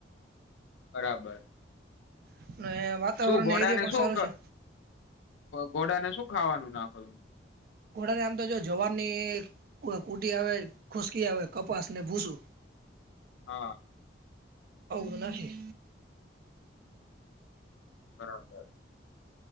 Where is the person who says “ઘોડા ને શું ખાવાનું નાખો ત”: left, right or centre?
Left